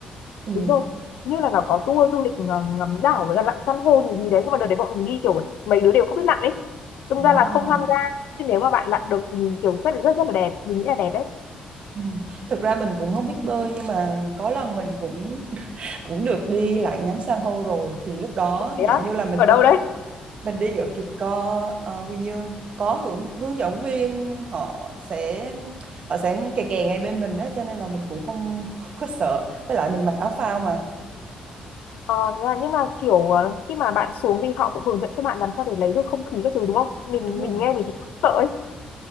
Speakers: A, on the right; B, on the left.
A: ừ.
B: đúng rồi như là nó có tour du lịch ng- ngắm đảo với cả lặn san hô gì gì đấy nhưng mà đợt đấy bọn mình đi kiểu mấy đứa đều không biết lặn ấy đâm
A: À,
B: ra là không tham gia nhưng nếu mà bạn lặn được thì mình kiểu rất rất rất là đẹp mình nghĩ là đẹp đấy
A: ừ. Thực ra mình cũng không biết bơi nhưng mà có lần mình cũng <laughs> cũng được đi lại ngắm san hô rồi thì lúc đó
B: thế
A: dạng
B: á
A: như là mình
B: ở
A: đi
B: đâu đấy
A: mình đi ở Kỳ Co ờ, Quy Nhơn có hướng hướng dẫn viên họ sẽ họ sẽ kè kè ngay bên mình á cho nên là mình cũng không không có sợ với lại mình mặc áo phao mà
B: ờ thế là nhưng mà kiểu ờ, khi mà bạn xuống thì họ cũng hướng dẫn cho bạn làm sao để lấy được không khí các thứ đúng không mình
A: đúng rồi
B: mình nghe mình thấy sợ ấy